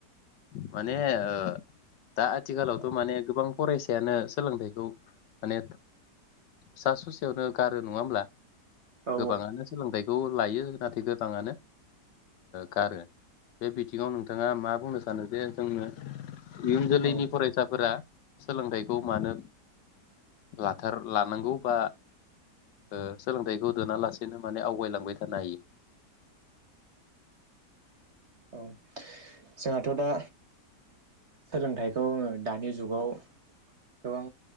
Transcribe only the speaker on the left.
माने ओ दा आथिखालावथ'
माने गोबां फरायसायानो सोलोंथाइखौ माने सा स'सेयावनो गारो नङा होमब्ला?
गोबाङानो सोलोंथाइखौ लायो नाथाय गोबाङानो गारो। बे बिथिङाव नोंथाङा मा बुंनो सानो जे जोंनो इयुन जोलैनि
फरायसाफोरा सोलोंथाइखौ मानो लाथार लानांगौ बा ओ सोलोंथाइखौ दोनालासेनो माने आवगायलांबाय थानो हायो?